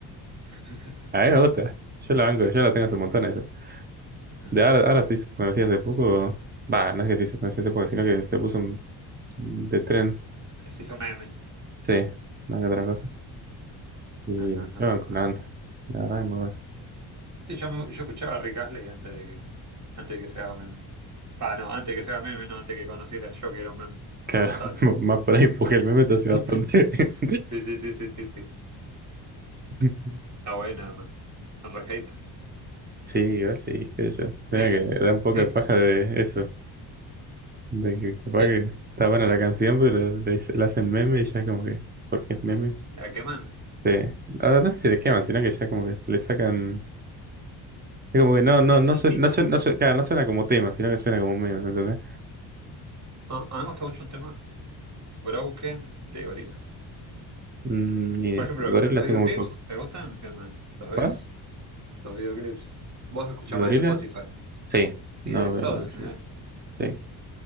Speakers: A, on the right (about 35°); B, on the right (about 20°).
A: <laughs>
B: A mí me gusta. Yo la banco, yo la tengo hace un montón esa.
A: Ajá.
B: De ahora, ahora se hizo conocida hace poco. Va, no es que se hizo conocida hace poco, sino que se puso un- de tren.
A: Se hizo meme.
B: Sí, no que otra cosa. Y
A: Ajá, ajá,
B: yo banco
A: ajá.
B: una banda. La verdad es muy buena.
A: Sí, yo, me- yo escuchaba a Rick Astley antes de que, Antes de que se haga meme. Ah, no, antes de que se haga meme, no, antes que conociera yo que era un meme.
B: Claro,
A: Me gustaba
B: <laughs>
A: el tema.
B: más por ahí, porque el meme está hace bastante.
A: <laughs> Sí, sí, sí, sí, sí, sí.
B: <laughs>
A: Está buena, man. Son re haters.
B: Sí, igual sí, qué sé yo. Mira
A: <laughs>
B: que da un poco de paja de eso. De que capaz
A: ¿Qué?
B: que está buena la canción, pero le, hice- le hacen meme y ya como que, porque es meme,
A: ¿La queman?
B: sí ah, no sé si le queman, sino que ya como que le sacan, es como que no, no,
A: ¿La
B: no
A: chispita?
B: suena, no suena, no suena- claro, no suena como tema, sino que suena como meme, ¿me entendés?
A: Ah, A mí me gusta mucho un tema, Broken, de Gorillaz.
B: Mm, ni idea.
A: Por ejemplo,
B: De gorilas
A: ¿los videoclips
B: tengo muy poco.
A: te gustan? ¿Qué onda? ¿Los
B: ¿Cuál?
A: ves? Los videoclips. Vos escuchás
B: ¿De gorilas?
A: más en Spotify.
B: Sí, no
A: Y de todo
B: veo mucho.
A: en general.
B: Sí.